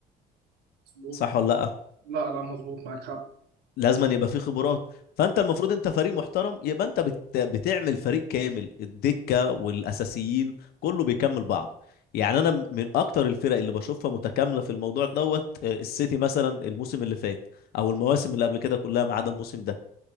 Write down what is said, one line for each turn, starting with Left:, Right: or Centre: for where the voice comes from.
Right: مظبوط
Left: صح ولا لا
Right: لا لا مظبوط معاك حق
Left: لازم أن يبقى فيه خبرات فانت المفروض انت فريق محترم يبقى انت بت... بتعمل فريق كامل الدكه والاساسيين كله بيكمل بعضه يعني انا م- من اكتر الفرق اللي بشوفها متكامله في الموضوع دوت آه، السيتي مثلا الموسم اللي فات او المواسم اللي قبل كده كلها ما عدا الموسم ده